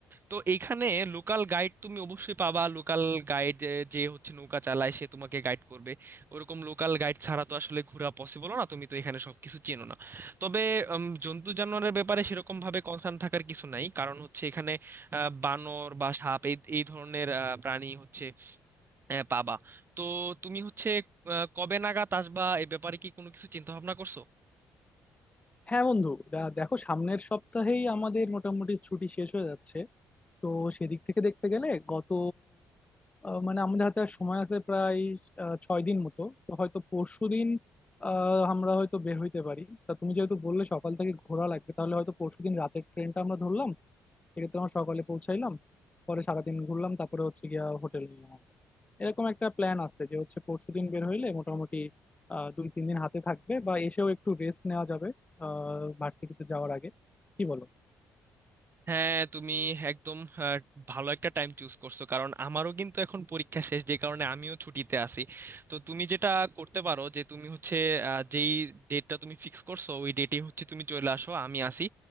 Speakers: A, on the right; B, on the left.
A: তো এইখানে লোকাল গাইড তুমি অবশ্যই পাবা লোকাল গাইড যে হচ্ছে নৌকা চালায় সে তোমাকে গাইড করবে ওরকম লোকাল গাইড ছাড়া তো আসলে ঘোরা পসিবল না তুমি তো এখানে সবকিছু চেনো না তবে উম, জন্তু জানোয়ারের ব্যাপারে সেরকম ভাবে কনসার্ন থাকার কিছু নাই কারণ হচ্ছে এখানে আহ, বানর বা সাপ এই এই ধরনের আহ, প্রাণী হচ্ছে আহ, পাবা তো তুমি হচ্ছে আহ, কবে নাগাদ আসবা এই ব্যাপারে কি কোনো কিছু চিন্তা ভাবনা করছো
B: হ্যাঁ বন্ধু দা- দেখো সামনের সপ্তাহেই আমাদের মোটামুটি ছুটি শেষ হয়ে যাচ্ছে তো সেদিক থেকে দেখতে গেলে গত আহ, মানে আমাদের হাতে আর সময় আছে প্রায় আহ, ছয় দিন মতো তো হয়তো পরশু দিন আমরা হয়তো বের হইতে পারি তা তুমি যেহেতু বললে সকাল থেকে ঘোরা লাগবে তাহলে হয়তো পরশু দিন রাতের ট্রেনটা আমরা ধরলাম সেক্ষেত্রে আমরা সকালে পৌঁছাইলাম পরে সারাদিন ঘুরলাম তারপরে হচ্ছে গিয়া হোটেল নিলাম আমরা এরকম একটা প্ল্যান আছে যে হচ্ছে পরশু দিন বের হইলে মোটামুটি আহ দুই তিন দিন হাতে থাকবে বা এসেও একটু রেস্ট নেওয়া যাবে আহ ভার্সিটিতে যাওয়ার আগে কি বলো
A: হ্যাঁ তুমি একদম আহ, ভালো একটা টাইম চুজ করছো কারণ আমারও কিন্তু এখন পরীক্ষা শেষ যে কারণে আমিও ছুটিতে আছি তো তুমি যেটা করতে পারো যে তুমি হচ্ছে আহ, যেই ডেটটা তুমি ফিক্স করছো ওই ডেটে হচ্ছে তুমি চলে আসো আমি আসি